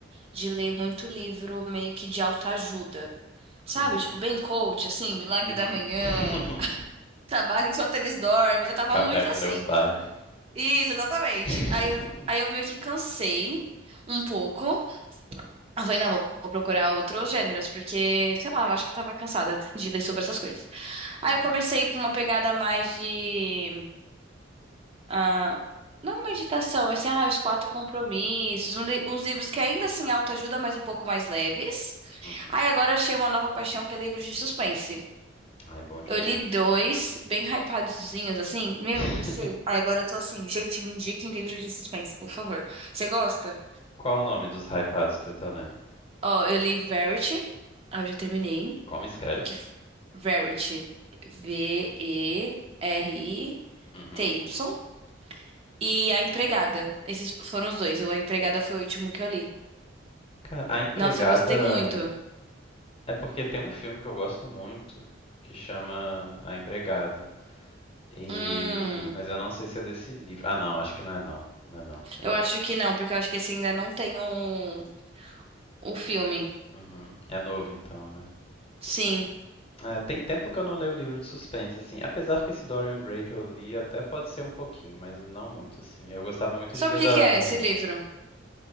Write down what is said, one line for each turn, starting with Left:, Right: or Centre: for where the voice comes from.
Right: de ler muito livro meio que de autoajuda, sabe?
Left: Uhum.
Right: Tipo, bem coach, assim, Milagre
Left: Uhum.
Right: da Manhã,
Left: <laughs>
Right: Trabalho enquanto eles dormem. Eu tava
Left: Café
Right: muito
Left: com
Right: assim.
Left: Deus Pai.
Right: Isso, exatamente.
Left: <laughs>
Right: Aí eu, aí eu meio que cansei um pouco. Eu falei, não, vou vou procurar outros gêneros, porque, sei lá, eu acho que eu tava cansada de ler sobre essas coisas. Aí
Left: Uhum.
Right: eu comecei por uma pegada mais de. ah, não meditação, mas assim, ah, os quatro compromissos, um li- uns livros que ainda assim autoajuda, mas um pouco mais leves.
Left: Uhum.
Right: Aí agora eu achei uma nova paixão que é livros de suspense.
Left: Ai, bom demais.
Right: Eu li dois, bem hypadozinhos, assim. Meu,
Left: <laughs>
Right: eu viciei. Aí agora eu tô assim, gente, me indiquem livros de suspense, por favor. Você gosta?
Left: Qual o nome dos hypados que você tá lendo?
Right: Ó, eu li Verity. Aí eu já terminei.
Left: Como escreve?
Right: que f- Verity, V-E-R-I-T-Y,
Left: Uhum.
Right: e R I T Y, e A Empregada. Esses foram os dois. O A Empregada foi o último que eu li.
Left: Cara, A Empregada.
Right: Nossa, eu gostei muito.
Left: É porque tem um filme que eu gosto muito que chama A Empregada. E...
Right: Hum,
Left: Mas eu não sei se é desse livro. Ah, não, acho que não é não. Não é não.
Right: eu
Left: Eu...
Right: acho que não, porque eu acho que esse ainda não tem um, o filme.
Left: Uhum. É novo então, né?
Right: Sim.
Left: É, tem tempo que eu não leio livro de suspense, assim. Apesar que esse Dorian Gray que eu li até pode ser um pouquinho, mas não muito, assim. Eu gostava muito
Right: Sabe
Left: de ler
Right: o que
Left: da...
Right: que é esse livro?